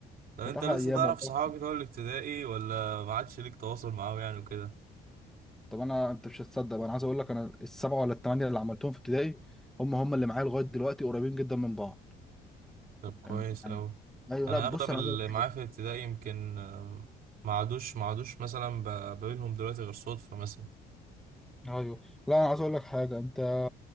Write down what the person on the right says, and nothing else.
طب
انت
لسه
تعرف
صحابك بتوع الابتدائي ولا ما عادش ليك تواصل معاهم يعني وكده؟
طب كويس
أوي
أنا
أغلب
اللي
معايا
في الابتدائي يمكن آم، ما عادوش ما عادوش مثلا ب- بقابلهم دلوقتي غير صدفة مثلا